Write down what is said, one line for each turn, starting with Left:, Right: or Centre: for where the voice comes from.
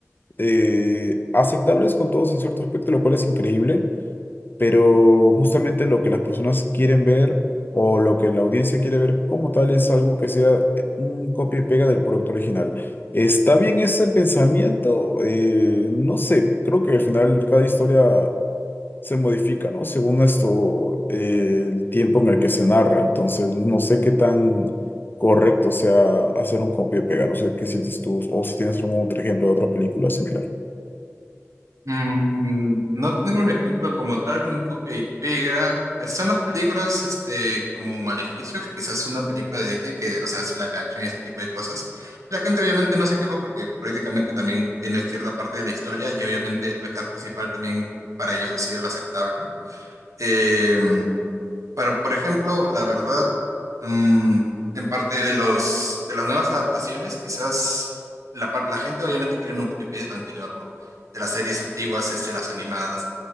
Left: eh, aceptables con todos en cierto aspecto, lo cual es increíble, pero justamente lo que las personas quieren ver o lo que la audiencia quiere ver como tal es algo que sea eh, un copia y pega del producto original. ¿Está bien ese pensamiento? Eh, no sé, creo que al final cada historia se modifica, ¿no? Según esto, eh, el tiempo en el que se narra. Entonces, no sé qué tan correcto sea hacer un copia y pega. No sé qué sientes tú o si tienes algún otro ejemplo de otra película similar.
Right: Mm, no tener un ejemplo como tal, un copia y pega. Están las películas este, como Maleficio, que quizás es una película de Disney que, o sea, es live action y ese tipo de cosas. La gente obviamente no se quejó porque prácticamente también tiene cierta parte de la historia y obviamente la cast principal también para ellos ha sido la aceptable. Em, pero, por ejemplo, la verdad, mm, en parte de los de las nuevas adaptaciones, quizás la, par- la gente obviamente quería un copy-paste de lo anterior, ¿no? De las series antiguas, este, las animadas.